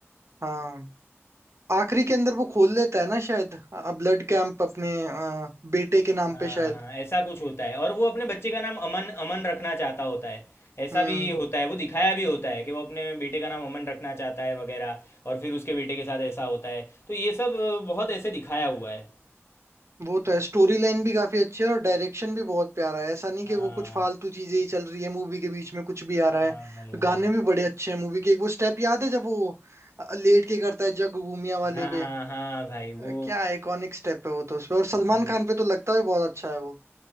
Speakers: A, on the right; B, on the left.
A: हाँ आखिरी के अंदर वो खोल लेता है ना शायद ब्लड कैंप अपने अ, बेटे के नाम
B: हाँ
A: पे शायद
B: हाँ ऐसा कुछ होता है और वो अपने बच्चे का नाम अमन अमन रखना चाहता होता है ऐसा
A: हम्म
B: भी होता है वो दिखाया भी होता है कि वो अपने बेटे का नाम अमन रखना चाहता है वगैरह और फिर उसके बेटे के साथ ऐसा होता है तो ये सब अ, बहुत ऐसे दिखाया हुआ है
A: वो तो है स्टोरी लाइन भी काफी अच्छी है और डायरेक्शन भी बहुत प्यारा है ऐसा नहीं
B: हाँ
A: कि वो कुछ फालतू चीजें ही चल रही है मूवी के बीच में कुछ भी
B: हाँ
A: आ रहा है
B: भाई हाँ
A: गाने भी बड़े अच्छे हैं मूवी के एक वो स्टेप याद है जब वो अ, लेट के करता है जग घूमिया वाले
B: हाँ
A: पे
B: हाँ भाई वो
A: अ, क्या आइकॉनिक स्टेप है वो तो उसपे और
B: हाँ
A: सलमान खान पे तो लगता है बहुत अच्छा है वो